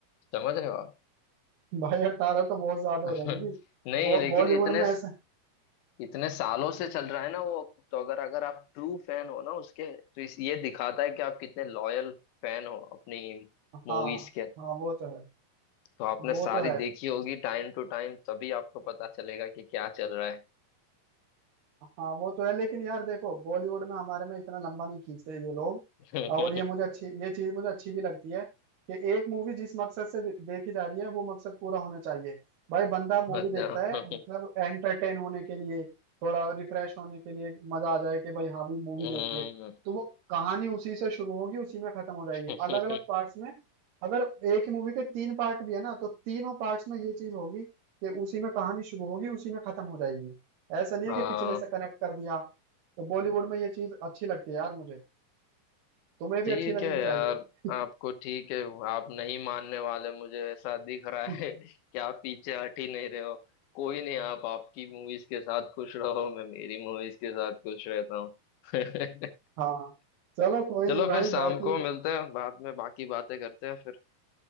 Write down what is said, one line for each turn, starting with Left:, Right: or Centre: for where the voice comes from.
Left: समझ रहे हो आप
Right: भाई अट्ठारह तो बहुत ज्यादा
Left: <laughs>
Right: हो जाएंगी
Left: नहीं लेकिन
Right: बॉलीवुड
Left: इतने
Right: में ऐसे
Left: इतने सालों से चल रहा है ना वो तो अगर अगर आप ट्रू फैन हो ना उसके तो इस ये दिखाता है कि आप कितने लॉयल फैन हो अपनी
Right: हाँ
Left: मूवीज के
Right: हाँ वो तो है
Left: तो आपने
Right: वो
Left: सारी
Right: तो है
Left: देखी होगी टाइम टू टाइम तभी आपको पता चलेगा कि क्या चल रहा
Right: हाँ वो तो है लेकिन यार देखो बॉलीवुड में हमारे में इतना लंबा नहीं खींचते ये लोग
Left: है
Right: और ये मुझे
Left: <laughs>
Right: अच्छी ये चीज मुझे अच्छी भी लगती है कि एक मूवी जिस मकसद से दे- देखी जा रही है वो मकसद पूरा होना चाहिए भाई बंदा मूवी
Left: बजा-
Right: देखता है मतलब एंटरटेन होने के लिए थोड़ा रिफ्रेश होने के लिए मजा आ जाए कि भाई हाँ भी मूवी
Left: हम्म,
Right: देखिए तो वो कहानी उसी से शुरू होगी उसी में खत्म हो जाएगी
Left: <laughs>
Right: अलग अलग पार्ट्स में अगर एक ही मूवी के तीन पार्ट भी है ना तो तीनों पार्ट्स में ये चीज होगी कि उसी में कहानी शुरू होगी उसी में खत्म हो जाएगी ऐसा नहीं
Left: हाँ
Right: है कि पिछले से कनेक्ट कर दिया तो बॉलीवुड में ये चीज अच्छी लगती है यार मुझे तुम्हें भी
Left: ठीक
Right: अच्छी लगनी
Left: है
Right: चाहिए
Left: यार आपको ठीक है आप नहीं मानने वाले मुझे ऐसा दिख रहा
Right: <laughs>
Left: है कि आप पीछे हट ही नहीं रहे हो कोई नहीं आप आपकी मूवीज के साथ खुश रहो मैं मेरी मूवीज के साथ खुश रहता हूँ <laughs>
Right: हाँ चलो कोई
Left: चलो
Right: नहीं भाई
Left: फिर शाम
Right: बाकी
Left: को मिलते हैं बाद में बाकी बातें करते हैं फिर